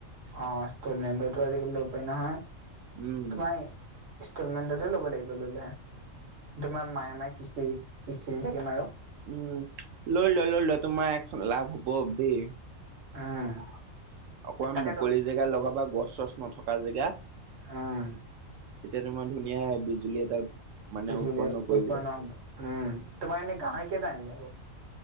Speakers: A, on the right; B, on the right.
A: অ, ইষ্টল মেণ্টোটো আজিকালি লব পাৰি নহয়
B: উম
A: তোমাৰ ইষ্টলমেন্টতে ল'ব লাগিব ল'লে তোমাৰ মাহে মাহে কিস্তি -কিস্তি দি থাকিম আৰু।
B: উম, লৈ লোৱা -লৈ লোৱা তোমাৰ এশ লাভ হব দেই।
A: উম,
B: অকমান
A: তাকেতো
B: মুকলি জেগা লগাবা গছ - চছ নথকা জেগা
A: উম,
B: তেতিয়া তোমাৰ ধুনীয়া বিজুলী এটা মানে
A: পিছ
B: উৎপন্ন
A: <unintelligible>
B: কৰিব
A: উৎপন্ন হব উম, তোমাৰ এনে গাঁহৰীকেইটা আনিলা বাৰু?